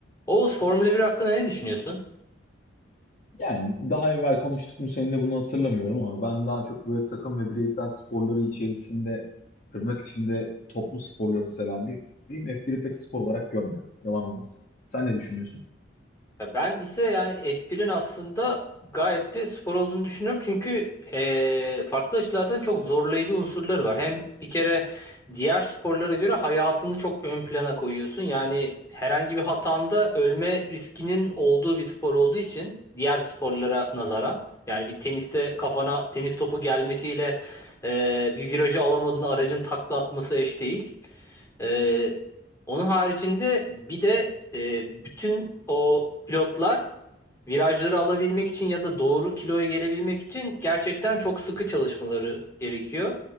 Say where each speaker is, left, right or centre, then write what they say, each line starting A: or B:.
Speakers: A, on the left; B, on the left.
A: Oğuz Formula bir hakkında ne düşünüyorsun?
B: Yani daha evvel konuştuk mu seninle bunu hatırlamıyorum ama ben daha çok böyle takım ve bireysel sporları içerisinde tırnak içinde toplu sporları seven biriyim. F1'i pek spor olarak görmüyorum. Yalan olmasın. Sen ne düşünüyorsun?
A: Ya ben ise yani F1'in aslında gayet de spor olduğunu düşünüyorum. Çünkü eee, farklı açılardan çok zorlayıcı unsurları var. Hem bir kere diğer sporlara göre hayatını çok ön plana koyuyorsun. Yani herhangi bir hatanda ölme riskinin olduğu bir spor olduğu için diğer sporlara nazaran. Yani bir teniste kafana tenis topu gelmesiyle eee, bir virajı alamadığın aracın takla atması eş değil. Ee, onun haricinde bir de e, bütün o pilotlar virajları alabilmek için ya da doğru kiloya gelebilmek için gerçekten çok sıkı çalışmaları gerekiyor.